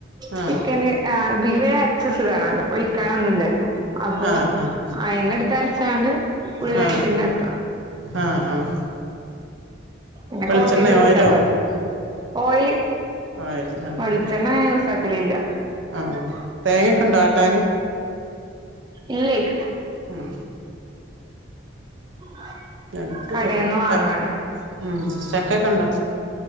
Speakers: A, on the right; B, on the right.
A: ചിക്കന്
B: ആഹ്
A: ആ ബീഫ് അരച്ചെച്ചതാണല്ലോ പൊരിക്കാനൊന്നുംല്ലല്ലോ അപ്പൊ
B: ആഹ് ആഹ്
A: അയിന്ന്ട്ത് അരച്ചാണ്ട് പുള്ളിയാക്കിണ്ടാക്ക
B: ആഹ് ആഹ് ആഹ്
A: പിന്നെ
B: വെളിച്ചെണ്ണേ
A: കോട്ടെയത് വെച്ചാ
B: ഓയിലോ
A: പോരെ ഓയില്
B: ഓയില് ആഹ്
A: വെളിച്ചെണ്ണ ഞാൻ യൂസാക്കലില്ല.
B: ആഹ് തേങ്ങൊക്കെ ഇണ്ടോ ആട്ടാന്
A: ഇല്ലേയ്
B: ആഹ്
A: <unintelligible>
B: ഞങ്ങക്കൂല്ലത്
A: കടേന്ന് വാങ്ങാലാ
B: ച ഉം ചക്കേക്കൊണ്ടോ